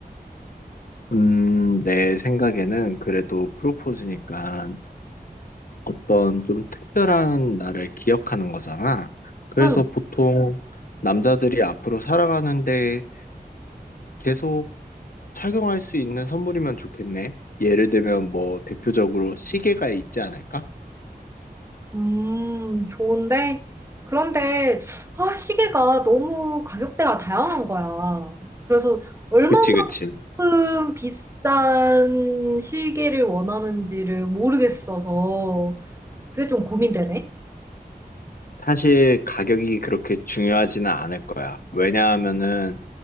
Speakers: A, on the left; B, on the right.
A: 음, 내 생각에는 그래도 프로포즈니까 어떤 좀 특별한 날을 기억하는 거잖아. 그래서
B: 응,
A: 보통 남자들이 앞으로 살아가는데 계속 착용할 수 있는 선물이면 좋겠네. 예를 들면 뭐 대표적으로 시계가 있지 않을까?
B: 음, 좋은데 그런데 아, 시계가 너무 가격대가 다양한 거야. 그래서 얼마만큼
A: 그치, 그치.
B: 비싼 시계를 원하는지를 모르겠어서 그게 좀 고민되네.
A: 사실 가격이 그렇게 중요하지는 않을 거야. 왜냐하면은